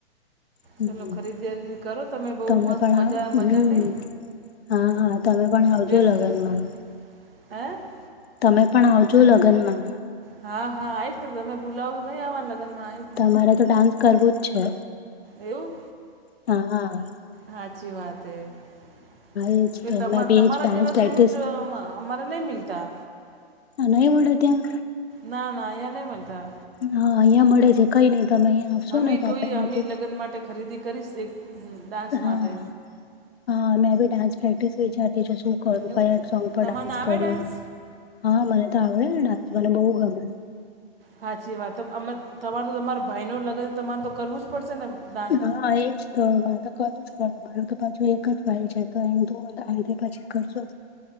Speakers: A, on the left (about 70°); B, on the right (about 60°).
A: હમ
B: ચલો ખરીદારી કરો બહુ
A: તમે
B: મસ્ત
A: પણ
B: મજા મજાથી
A: હા હા તમે પણ આવજો
B: ડ્રેસ
A: લગ્નમાં
B: સરસ <inaudible>
A: તમે પણ આવજો લગ્નમાં
B: હા હા આઈશ ને તમે ભૂલાવો તો નહી આવા લગનમાં આવીશ ને
A: મારે તો ડાન્સ કરવું જ છે.
B: એવું
A: હા હા.
B: હાચી વાત હૈ.
A: એજ તો
B: તમારા
A: મેં બી એજ ડાન્સ
B: જેવા
A: પ્રેક્ટિસ
B: સૂટ અમારે નહી મિલતા
A: નય મળે ત્યાં.
B: ના ના એ નહી મળતા.
A: હા અહિયાં મળે છે કઈ નય તમે અહિયાં આવશો
B: અમે
A: ને તો
B: જોઈએ
A: આપડે અહિયાંથી
B: અમે લગ્ન માટે ખરીદી કરીશ એક ડાન્સ
A: હા,
B: માટે
A: હા મેંભી ડાન્સ પ્રેક્ટિસ વિચા બીજુ શું કરું,
B: એવું
A: ભાઈ આટ સોંગ પર
B: તમાને
A: ડાન્સ
B: આવે
A: કરું
B: ડાન્સ
A: હા મને તો આવડે ને ડાન્સ, મને બહુ ગમે.
B: સાાચી વાત તો અમે તમારે તો તમારા ભાઈનો લગન છે તો તમારે તો કરવું જ પડશે ને ડાન્સ.
A: હા એજ તો વાતો કરો. તો પાછું એકજ ભાઈ છે તો એમ આ પાછી કરશો.